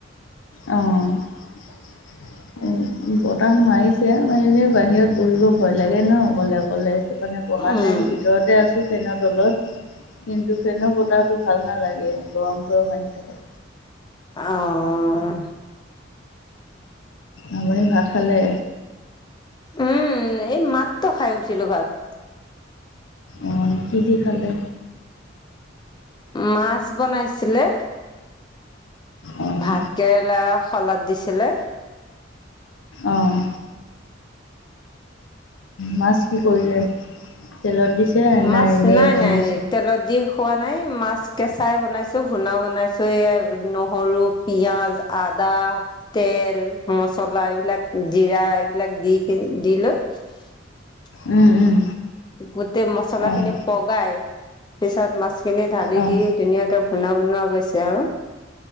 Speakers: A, on the left; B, on the left.
A: অ উ বতাহ মাৰিছ চতি মাৰিলে বাহিৰত বহিব ভয় লাগে ন অকলে অকলে সেইটো কাৰণে বঢ়া
B: উম
A: নাই ভিতৰতে আছো। টো ফেনৰ তলত, কিন্তু ফেন বতাহটো ভাল নালাগে গৰম গৰম আহি থাকে।
B: আহ
A: আপুনি ভাত খালে?
B: উম এই মাত্ৰ খাই উঠিলো ভাত।
A: অঁ কি দি খালে?
B: মাছ বনাইছিলে।
A: অঁ
B: ভাত কেৰেলা শলাদ দিছিলে।
A: অঁ মাছ কি কৰিলে? তেলত দিছে
B: মাছ
A: এনেই
B: নাই
A: বনাইছে?
B: নাই তেলত দি খোৱা নাই মাছ কেঁচাই বনাইছোঁ ভূণা বনাইছোঁ এই নহৰু পিয়াঁজ আদ আদা তেল মচলা এইবিলাক জিৰা এইবিলাক দি দি লৈ <unintelligible>
A: উম উম
B: গোটেই মছলা
A: অঁ
B: খিনি পগাই পিছত মাছখিনি ঢালি
A: অঁ
B: দি ধুনীয়াকে শুনা বনোৱা গৈছে আৰু